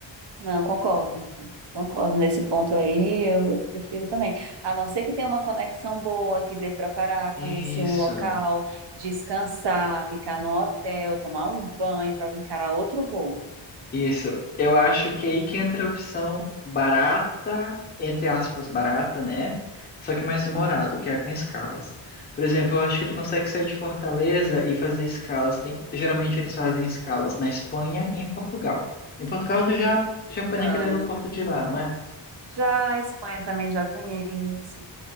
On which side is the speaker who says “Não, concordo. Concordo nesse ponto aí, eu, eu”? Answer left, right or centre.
Right